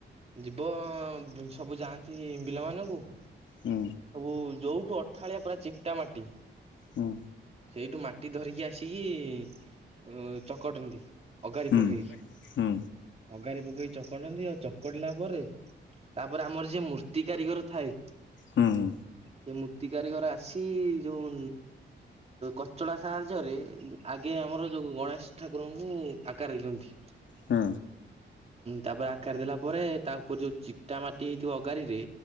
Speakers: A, on the right; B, on the left.
A: ଯିବ ସବୁ ଯାଆନ୍ତି ବିଲ ମାନଙ୍କୁ ସବୁ
B: ହୁଁ ହୁଁ
A: ଯୋଉଠୁ ଅଠାଳିଆ ପୁରା ଚିକଟା ମାଟି
B: ହୁଁ
A: ଏଇଠୁ ମାଟି ଧରିକି ଆସିକି ଚକଟନ୍ତି ଅଗାରି
B: ହୁଁ ହୁଁ ହୁଁ ହୁଁ
A: ପକେଇକି
B: ହୁଁ
A: ଅଗାରେ ପକେଇକି ଚକଟନ୍ତି ଆଉ ଚକଡିଲା ପରେ ତାପରେ ଆମର ଯିଏ ମୂର୍ତ୍ତି କାରିଗର ଥାଏ
B: ହୁଁ ହୁ
A: ସେ ମୂର୍ତ୍ତି କାରିଗର ଆସି ଯୋଉ କଚଳାା ସାହାଯ୍ୟରେ ଆଗେ ଆମର ଯୋଉ ଗଣେଶ ଠାକୁରଙ୍କୁ ଆକାର ଦିଅନ୍ତି
B: ହଁ
A: ତାପରେ ଆକାର ଦେଲା ପରେ ତା ଉପରେ ଯୋଉ ଚିକଟା ମାଟି ହେଇଥିବ ଅଗାଡିରେ